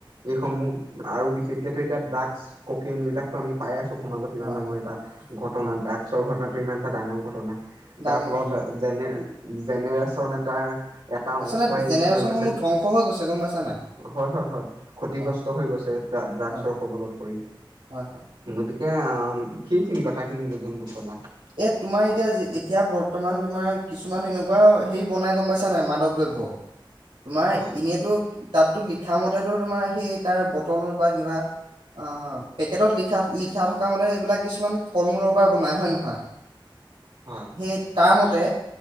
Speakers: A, on the right; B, on the right.
A: এইসমূহ আৰু বিশেষকো এতিয়া ড্ৰাগছ ককন এইবিলাকো আমি পাই আছো সমাজত ইমান
B: হয়,
A: ডাঙৰ
B: হয়,
A: এটা ঘটনা
B: অ',
A: ড্ৰাকসৰ ঘটনা এটা ডাঙৰ ঘটনা
B: ডাঙৰ
A: যাৰ ফলত
B: ঘটনা হয়।
A: যেনে জেনেৰেচন এটা এটা
B: আচলতে
A: অংশই
B: জেনেৰেশ্যনসমূহ
A: কি হৈ গৈছে
B: ধ্বংস হৈ গৈছে গম পাইছা নাই?
A: হয় হয় হয় ক্ষতিগ্ৰস্ত
B: অ',
A: হৈ গৈছে ড্ৰাগছৰ
B: হয়,
A: কবলত পৰি
B: হয়, হয়,
A: গতি সেই খিনি কথা খিনি <unintelligible>
B: এ তোমাৰ এতিয়া এতিয়া বৰ্তমান তোমাৰ কিছুমান এনেকুৱা হেৰি বনাই গম পাইছা নাই মাদক দ্ৰব্য। তোমাৰ
A: হয়
B: এনেইতো। তাতো লিখা মতেতো তোমাৰ সেই তাৰ বটল বা কিবা অ পেকেটত লিখা লিখা থকা মতে সেইবিলাক কিছুমান ফল মূলৰ বনাই হয় ন নহয়।
A: হয়
B: সেই তাৰ মতে